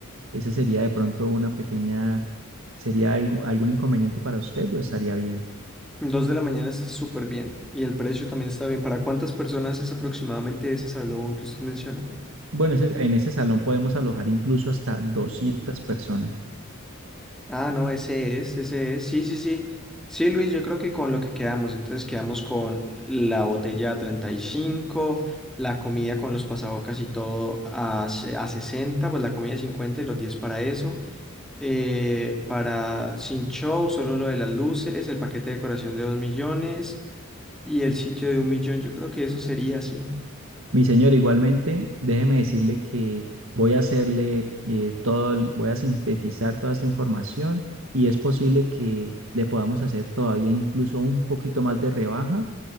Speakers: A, on the right (about 70°); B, in the centre.
A: Ese sería de pronto una pequeña, ¿sería algo- algún inconveniente para usted o estaría bien?
B: Dos de la mañana está súper bien y el precio también está bien. ¿Para cuántas personas es aproximadamente ese salón que usted menciona?
A: Bueno, ese- en ese salón podemos alojar incluso hasta 200 personas.
B: Ah, no, ese es, ese es. Sí, sí, sí. Sí, Luis, yo creo que con lo que quedamos, entonces quedamos con la botella a 35, la comida con los pasabocas y todo a, se- a 60, pues la comida 50 y los 10 para eso. eh, para Sin Show, solo lo de las luces, el paquete de decoración de 2 millones y el sitio de un millón. Yo creo que eso sería así.
A: Mi señor, igualmente, déjeme decirle que voy a hacerle eh, todo, el- voy a sintetizar toda esta información y es posible que le podamos hacer todavía incluso un poquito más de rebaja